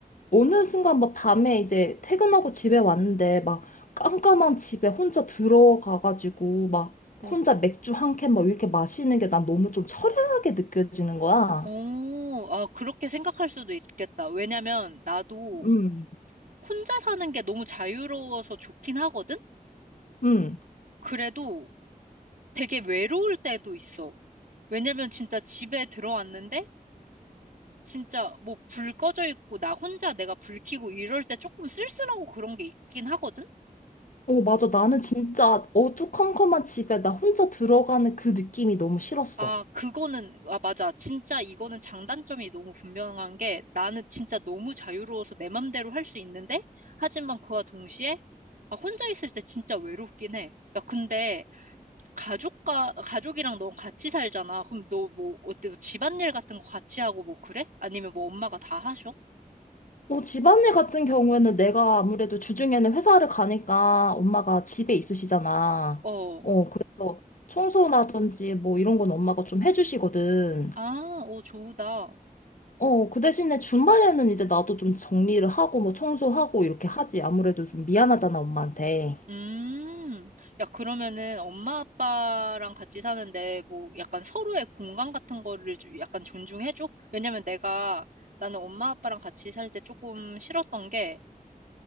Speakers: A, on the left (about 60°); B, on the right (about 65°).
A: 어느 순간 막 밤에 이제 퇴근하고 집에 왔는데 막 깜깜한 집에 혼자 들어가가지고 막
B: 어,
A: 혼자 맥주 한캔 막 이렇게 마시는 게 난 너무 좀 처량하게 느껴지는 거야.
B: 어, 아, 그렇게 생각할 수도 있겠다. 왜냐면 나도
A: 음.
B: 혼자 사는 게 너무 자유로워서 좋긴 하거든?
A: 응.
B: 그래도 되게 외로울 때도 있어. 왜냐면 진짜 집에 들어왔는데 진짜 뭐 불 꺼져 있고 나 혼자 내가 불 켜고 이럴 때 조금 쓸쓸하고 그런 게 있긴 하거든?
A: 어 맞아 나는 진짜 어두컴컴한 집에 나 혼자 들어가는 그 느낌이 너무 싫었어.
B: 아, 그거는, 아, 맞아. 진짜 이거는 장단점이 너무 분명한 게 나는 진짜 너무 자유로워서 내 맘대로 할 수 있는데 하지만 그와 동시에 아, 혼자 있을 때 진짜 외롭긴 해. 야, 근데 가족과 가족이랑 너 같이 살잖아. 그럼 너 뭐 어때? 너 집안일 같은 거 같이 하고 뭐 그래? 아니면 뭐 엄마가 다 하셔?
A: 뭐 집안일 같은 경우에는 내가 아무래도 주중에는 회사를 가니까 엄마가 집에 있으시잖아.
B: 어.
A: 어, 그래서 청소라든지 뭐 이런 건 엄마가 좀 해주시거든.
B: 아, 오, 좋다.
A: 어, 그 대신에 주말에는 이제 나도 좀 정리를 하고 뭐 청소하고 이렇게 하지. 아무래도 좀 미안하잖아, 엄마한테.
B: 음. 야, 그러면은 엄마 아빠랑 같이 사는데 뭐 약간 서로의 공간 같은 거를 좀 약간 존중해줘? 왜냐면 내가 나는 엄마 아빠랑 같이 살 때 조금 싫었던 게,